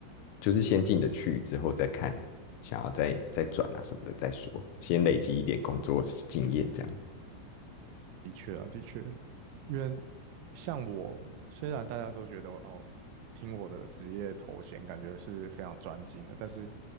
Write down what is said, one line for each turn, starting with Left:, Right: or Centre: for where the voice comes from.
Left: 就是先进得去，之后再看想要再再转啊什么的再说，先累积一点工作经验这样。
Right: 的确啊，的确，因为像我，虽然大家都觉得哦，听我的职业头衔感觉是非常专精的，但是